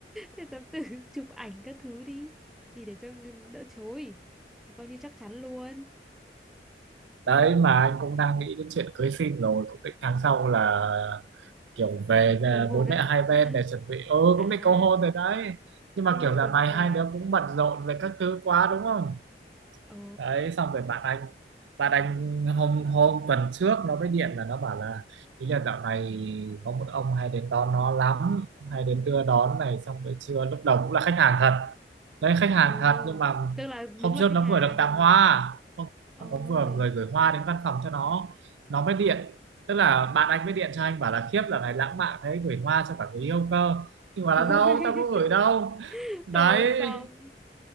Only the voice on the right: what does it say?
đấy mà anh cũng đang nghĩ đến chuyện cưới xin rồi cũng định tháng sau là kiểu về là
bố
mẹ hai bên
để chuẩn bị ừ cũng
định cầu hôn rồi đấy nhưng mà
kiểu dạo
này
hai đứa cũng bận rộn về các thứ quá đúng không
đấy xong rồi bạn anh bạn anh hôm hôm tuần trước nó mới điện là nó bảo là ý là dạo này có một ông hay đến đón nó lắm hay đến đưa đón này xong rồi trưa lúc đầu cũng là khách hàng thật đấy khách hàng
thật nhưng mà
hôm
trước
nó
vừa được tặng
hoa hôm
có vừa người gửi hoa đến văn phòng cho nó nó mới điện tức là bạn anh mới điện cho anh bảo là khiếp dạo này lãng mạn thế gửi hoa cho cả người yêu cơ nhưng mà là
đâu tao có gửi đâu
đấy